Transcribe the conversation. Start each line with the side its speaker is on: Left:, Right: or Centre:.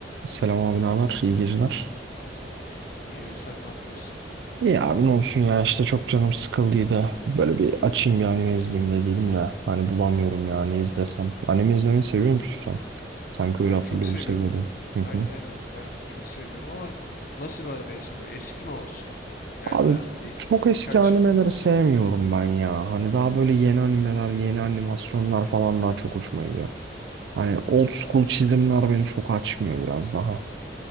Right: Selam abi ne haber? İyi geceler.
Left: İyi, sen ne yapıyorsun?
Right: İyi abi ne olsun ya işte çok canım sıkıldıydı. Böyle bir açayım bir anime izleyeyim dediydim de. Hani bulamıyorum ya ne izlesem. Anime izlemeyi seviyor musun sen? Sanki öyle
Left: Ben
Right: hatırlıyorum
Left: çok seviyorum.
Right: seviyordum. Hı hı.
Left: Aynen aynen ben çok seviyorum ama nasıl bir anime istiyorsun? Eski mi olsun? Ya
Right: Abi
Left: da bir
Right: çok eski
Left: birkaç
Right: animeleri
Left: yıllık mı olsun?
Right: sevmiyorum ben ya. Hani daha böyle yeni animeler, yeni animasyonlar falan daha çok hoşuma gidiyor. Hani old school
Left: Ya
Right: çizimler beni çok açmıyor biraz daha.